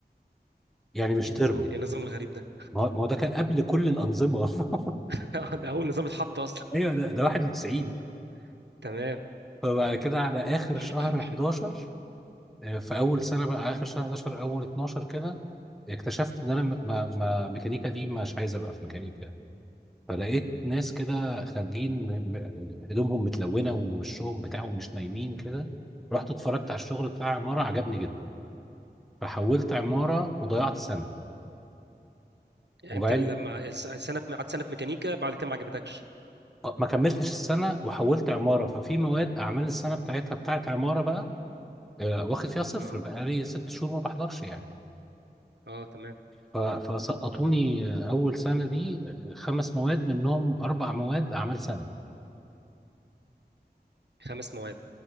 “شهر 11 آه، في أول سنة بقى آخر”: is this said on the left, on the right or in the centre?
Centre